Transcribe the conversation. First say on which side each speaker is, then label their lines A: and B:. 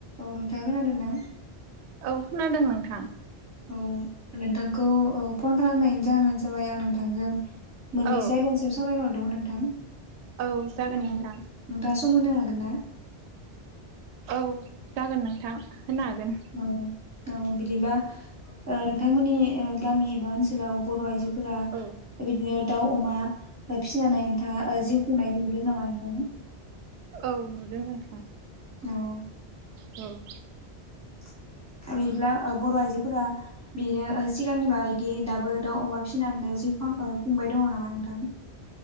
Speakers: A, on the right (about 15°); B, on the right (about 80°).
A: औ नोंथाङा खोनादों ना?
B: औ खोनादों नोंथां।
A: औ नोंथांखौ फन खालामनायनि जाहोनानो जाबाय आं नोंथांजों मोननैसो
B: औ
A: आयदानि सायाव सावरायनो हरदोंमोन नोंथां।
B: औ जागोन
A: औ
B: नोंथां
A: नोंथाङा सम होनो हागोन ना?
B: औ जागोन नोंथां होनो हागोन।
A: औ औ बिदिब्ला ओ नोंथांमोननि ओ गामि एबा ओनसोलाव बर' आइजो फोरा
B: औ
A: बिदिनो दाउ अमा फिसिनानै नोंथाङा जिउ खुंनायखौ नुदों नामा नोंथां?
B: औ नुदों नोंथां।
A: औ
B: औ
A: <inaudible> बिदिब्ला बर' आइजोफोरा बिदिनो सिगांनि बायदि दाबो दाउ अमा फिसिनानै जिउ खुंबाय दङ नामा नोंथां?